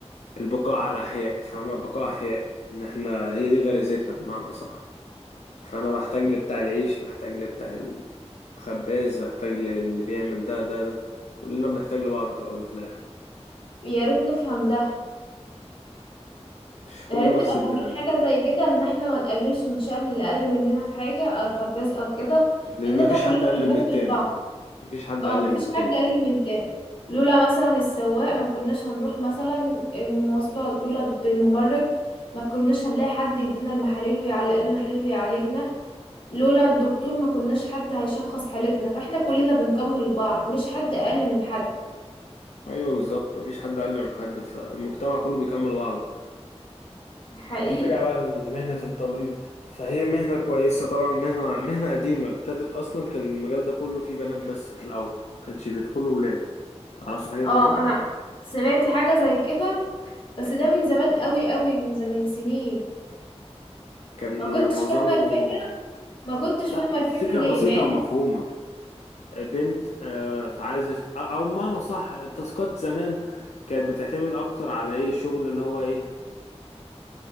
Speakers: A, on the left (about 85°); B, on the left (about 50°).
A: البقاء على الأحياء فاهمة البقاء أحياء إن إحنا هي دي غريزتنا بمعنى أصح فأنا بحتاج لبتاع العيش بحتاج لبتاع الخباز بحتاج للي بيعمل ده ده ده كلنا بنحتاج لبعض في الأول وفي الآخر
B: يا ريت نفهم ده
A: مش كله
B: يا ريت نبقى
A: نفس
B: فاهمين
A: الدماغ
B: حاجة زي كده ان احنا ما نقللش من شأن اللي اقل مننا في حاجة او الخباز او كده
A: لأن
B: لان احنا
A: مفيش
B: كلنا
A: حد أقل
B: بنكمل
A: من التاني
B: بعض
A: مفيش حد
B: اه
A: أقل
B: مفيش
A: من التاني
B: حد اقل من كام لولا مثلا السواق ما كناش هنروح مثلا المواصلات لولا الد- الممرض ما كناش هنلاقي حد يدينا المحاليل ويعلق لنا محاليل ويعالجنا لولا الدكتور ما كناش حد هيشخص حالتنا فاحنا كلنا بنكمل بعض مش حد اقل من حد
A: أيوه بالظبط مفيش حد أقل من حد فالمجتمع كله بيكمل بعضه
B: حقيقي
A: نرجع بقى لمهنة التمريض فهي مهنة كويسة طبعا مهنة مهنة قديمة ابتدت أصلا كان المجال ده كله فيه بنات بس في الأول مكانش بيدخلوا ولاد تعرفش حاجة زي
B: اه
A: دي
B: انا سمعت حاجة زي كده بس ده من زمان قوي قوي من زمان سنين
A: كان
B: ما كنتش
A: معظمه
B: فاهمة الفكرة ما كنتش
A: لا
B: فاهمة الفكرة
A: الفكرة
B: ليه
A: بسيطة
B: مع
A: ومفهومة بنت آه، فعايزة ش- أو أو بمعنى صح التاسكات زمان كانت بتعتمد أكتر على إيه الشغل اللي هو إيه